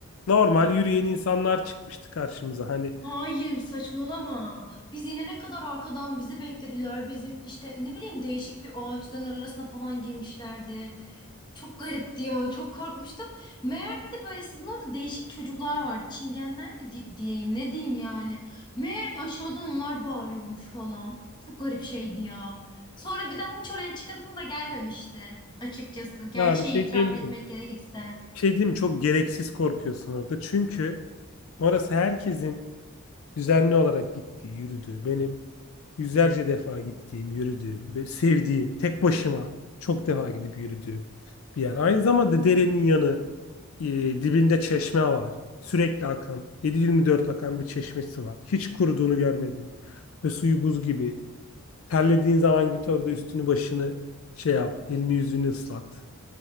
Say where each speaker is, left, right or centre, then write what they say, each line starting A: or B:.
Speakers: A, on the left (about 65°); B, on the left (about 20°).
A: Normal yürüyen insanlar çıkmıştı karşımıza. Hani
B: Hayır saçmalama. Biz inene kadar arkadan bizi beklediler. Bizim işte ne bileyim değişik bir ağaçların arasına falan girmişlerdi. Çok garipti ya. Çok korkmuştum. Meğer bir de böyle sizin orada değişik çocuklar var. Çingenler mi di- diyeyim ne diyeyim yani. Meğer ki aşağıdan onlar bağırıyormuş falan. Çok garip şeydi ya. Sonra bir daha hiç oraya çıkasım da gelmemişti açıkçası. Gerçeği
A: ya bir şey
B: itiraf
A: diyeyim
B: etmek
A: mi?
B: gerekirse.
A: Bir şey diyeyim mi? Çok gereksiz korkuyorsun orada. Çünkü orası herkesin düzenli olarak gittiği, yürüdüğü, benim yüzlerce defa gittiğim, yürüdüğüm, ve sevdiğim, tek başıma çok defa gidip yürüdüğüm bir yer. Aynı zamanda derenin yanı, e, dibinde çeşme var. Sürekli akan, 7-24 akan bir çeşmesi var. Hiç kuruduğunu görmedim. Ve suyu buz gibi. Terlediğin zaman git orada üstünü başını şey yap, elini yüzünü ıslat.